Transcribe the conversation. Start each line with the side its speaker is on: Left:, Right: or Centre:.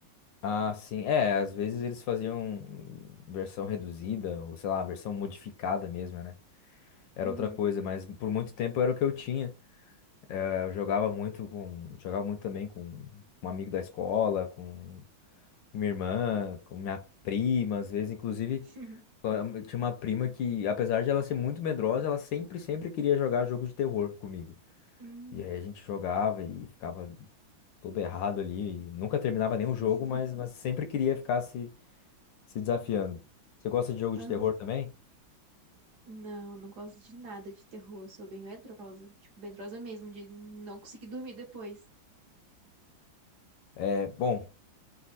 Left: Ah, sim. É, às vezes eles faziam versão reduzida, ou sei lá, versão modificada mesmo, né? Era
Right: Uhum.
Left: outra coisa, mas por muito tempo era o que eu tinha. Eh, Eu jogava muito com, jogava muito também com um amigo da escola, com minha irmã, com minha prima, às vezes, inclusive,
Right: <laughs>
Left: eu tinha uma prima que, apesar de ela ser muito medrosa, ela sempre, sempre queria jogar jogo de terror comigo.
Right: Hum.
Left: E aí a gente jogava e ficava todo errado ali, e nunca terminava nenhum
Right: <laughs>
Left: jogo, mas, mas sempre queria ficar se se desafiando. Você gosta de jogo
Right: Aham.
Left: de terror também?
Right: Não, não gosto de nada de terror. Eu sou bem medrosa. Tipo, medrosa mesmo, de não conseguir dormir depois.
Left: É, bom,